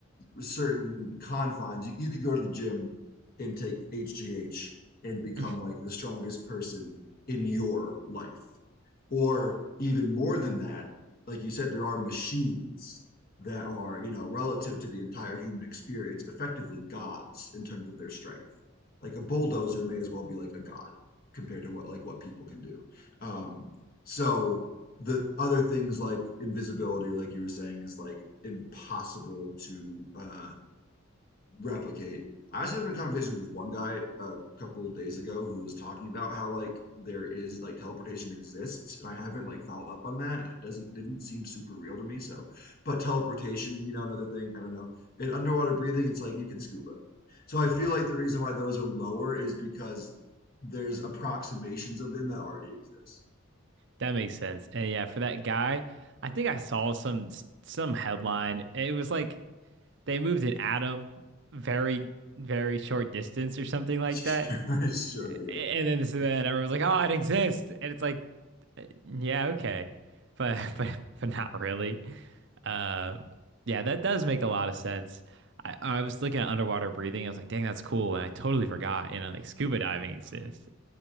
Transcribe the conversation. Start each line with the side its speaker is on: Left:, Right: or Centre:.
Left: certain confines. You, you could go to the gym and take HGH and become
Right: <laughs>
Left: like the strongest person in your life. Or even more than that, like you said, there are machines that are, you know, relative to the entire human experience, effectively gods in terms of their strength. Like a bulldozer may as well be like a god compared to what like what people can do. Um, so the other things like invisibility, like you were saying, is like impossible to uh, replicate. I was having a conversation with one guy a couple of days ago who was talking about how like there is like teleportation exists, and I haven't like followed up on that. It doesn't didn't seem super real to me. So, but teleportation, you know, another thing. I don't know. And underwater breathing, it's like you can scuba. So I feel like the reason why those are lower is because there's approximations of them that already exist.
Right: That makes sense. And yeah, for that guy, I think I saw some some headline. It was like They moved an atom very, very short distance or something like
Left: <laughs>
Right: that.
Left: Sure, yeah.
Right: And then so then everyone's like, "Oh, it exists," and it's like, "Yeah, okay," but <laughs> but but not really. Um, yeah, that does make a lot of sense. I, I was looking at underwater breathing. I was like, "Dang, that's cool," and I totally forgot. You know, like scuba diving exists,